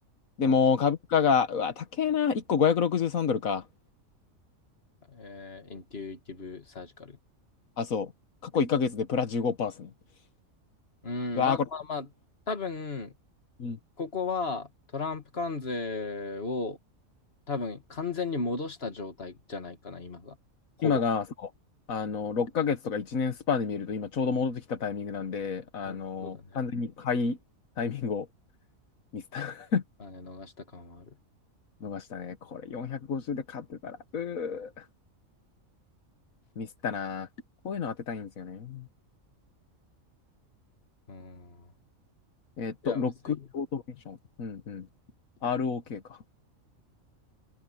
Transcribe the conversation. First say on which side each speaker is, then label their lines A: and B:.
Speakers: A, on the left; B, on the left.
A: でも、
B: あ
A: 株価が、うわ、高えな。1個563ドルか。
B: えー、インテュイティブサージカル。
A: あ、そう。過去1ヶ月でプラ15%ですね。
B: うん、
A: うわー、
B: まあまあまあ、
A: これ。
B: 多分、
A: うん
B: ここはトランプ関税を多分完全に戻した状態じゃないかな、今が。ほぼ。
A: 今が、そう、あの、6ヶ月とか1年スパンで見ると、今ちょうど戻ってきたタイミングなんで、あの、
B: うん、そうだね。
A: 完全に買いタイミングをミスった、<laughs>
B: まあね、逃した感はある。
A: 逃したね。これ450で買ってたら、うー、ミスったな。こういうの当てたいんですよね。
B: うん。
A: えっと、
B: いや、
A: ロックオートメーション。
B: むずいよ。
A: うんうん。ROK か。